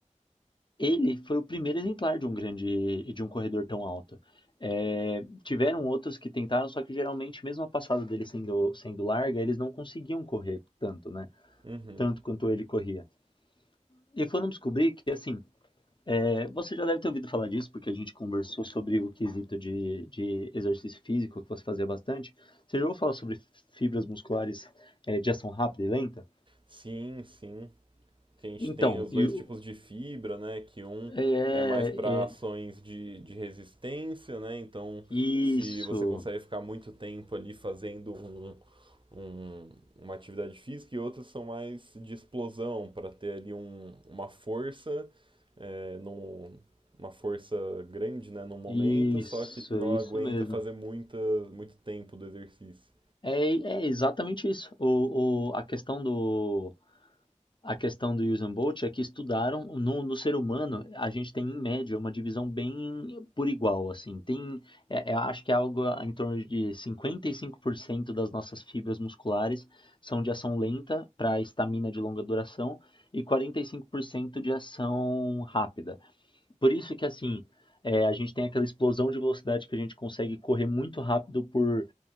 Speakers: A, on the left (about 40°); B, on the right (about 40°).
A: ele foi o primeiro exemplar de um grande, de um corredor tão alto. É, tiveram outros que tentaram, só que geralmente, mesmo a passada dele sendo, sendo larga, eles não conseguiam correr tanto, né?
B: uhum.
A: Tanto quanto ele corria. E foram descobrir que, assim, É, Você já deve ter ouvido falar disso, porque a gente conversou sobre o quesito de, de exercício físico que você fazia bastante. Você já ouviu falar sobre fibras musculares eh, de ação rápida e lenta?
B: Sim, sim. Que a gente
A: Então,
B: tem os
A: e
B: dois
A: o-
B: tipos de fibra, né? Que um
A: é,
B: é mais
A: é,
B: para ações
A: é-
B: de, de resistência, né? Então,
A: isso,
B: se você consegue ficar muito tempo ali fazendo um, um- uma atividade física, e outros são mais de explosão, para ter ali um, uma força, é, num- uma força grande, né? No momento,
A: isso,
B: só que não
A: é isso
B: aguenta
A: mesmo.
B: fazer muita, muito tempo do exercício.
A: É, é exatamente isso. O, o- a questão do, a questão do Usain Bolt é que estudaram no, no ser humano a gente tem em média uma divisão bem por igual assim tem é, é, acho que é algo em torno de 55% das nossas fibras musculares são de ação lenta para estamina de longa duração e 45% de ação rápida por isso que assim é, a gente tem aquela explosão de velocidade que a gente consegue correr muito rápido por